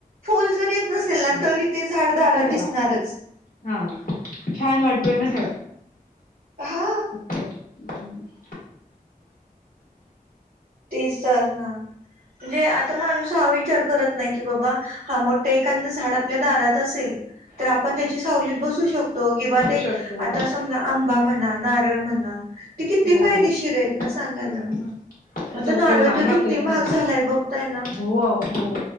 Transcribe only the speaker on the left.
तर
हा छान वाटतोय ना
ते <unintelligible>
बसू
शकतो.
हो.
त्याच्यामुळे
त्याचा
उपयोग आहे
आपल्याला
पुढ
हो आवो हो.